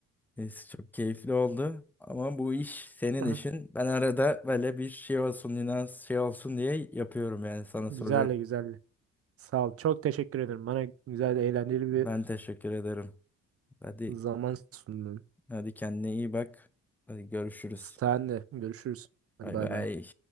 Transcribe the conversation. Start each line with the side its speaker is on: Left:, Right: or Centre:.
Centre: Neyse çok keyifli oldu ama bu iş senin
Right: <laughs>
Centre: işin. Ben arada böyle bir şey olsun, inanç şey olsun diye yapıyorum yani sana
Right: Güzel
Centre: soruyorum.
Right: güzel. Sağ ol. Çok teşekkür ederim. Bana güzel, eğlenceli
Centre: Ben
Right: bir
Centre: teşekkür ederim. Hadi
Right: zaman sundun.
Centre: Hadi kendine iyi bak. Hadi görüşürüz.
Right: Sen de görüşürüz. Hadi
Centre: Bay
Right: bay
Centre: bay.
Right: bay.